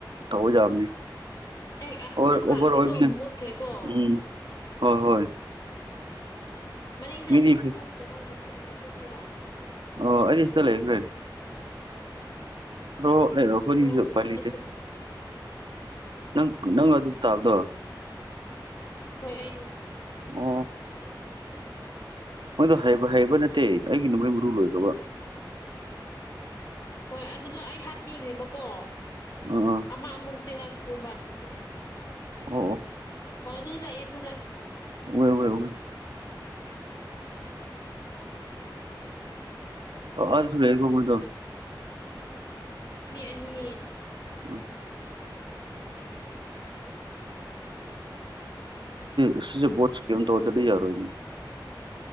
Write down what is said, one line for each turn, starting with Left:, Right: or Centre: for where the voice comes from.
Right: ꯇꯧꯖꯕꯅꯤ
Left: ꯑꯦ ꯍꯧꯖꯤꯛ
Right: ꯑꯣ ꯑꯣꯕ
Left: ꯐꯥꯈ꯭ꯔꯦꯀꯣ
Right: ꯑꯣꯏ
Left: ꯃꯨꯠꯈ꯭ꯔꯦꯀꯣ
Right: ꯎꯝ ꯍꯣꯏ ꯍꯣꯏ
Left: ꯃꯅꯤꯡꯗ
Right: ꯃꯤꯗꯤ
Left: ꯀꯣꯝꯁꯤꯔꯥ ꯅꯠꯇ꯭ꯔꯒꯅ ꯃꯆꯨ ꯃꯅꯥꯛ ꯆꯠꯁꯤꯔꯥ
Right: ꯑꯣ ꯑꯖꯤꯁ ꯆ ꯂꯩꯈ꯭ꯔꯦ ꯣ ꯍꯧꯔꯤꯁꯨ
Left: ꯎꯝ
Right: ꯄꯂꯤꯗ
Left: ꯑꯩꯁꯨ
Right: ꯅꯪ ꯅꯪ ꯑꯗꯨ ꯑꯗꯨ ꯇꯥꯕꯗꯣ
Left: ꯍꯣꯏ ꯑꯩꯅꯤ
Right: ꯑꯣ ꯃꯣꯏꯗꯣ ꯍꯩꯕ ꯅꯠꯇꯦ ꯑꯩꯒꯤ ꯅꯣꯡꯃꯩ ꯃꯔꯨ ꯂꯣꯏꯈ꯭ꯔꯕ
Left: ꯍꯣꯏ ꯑꯗꯨꯗ ꯑꯩ ꯍꯥꯠꯄꯤꯈ꯭ꯔꯦꯕꯀꯣ
Right: ꯑꯥ ꯑꯥ
Left: ꯑꯃꯛ ꯑꯃꯨꯛ ꯆꯦ ꯃ ꯑꯗꯨꯒꯤ
Right: ꯑꯣ ꯑꯣ
Left: ꯍ ꯑꯗꯨ ꯇꯏꯌꯦ ꯊꯗ
Right: ꯑꯣꯏ ꯑꯣꯏꯣꯏ ꯑꯣꯏ ꯑꯁꯨ ꯂꯩꯦꯒꯨꯝꯃꯗꯣ
Left: ꯃꯤ ꯑꯅꯤ
Right: ꯎ ꯑꯁꯦ ꯀ ꯇ ꯑꯣꯗꯔꯗꯤ ꯌꯥꯔꯣꯏ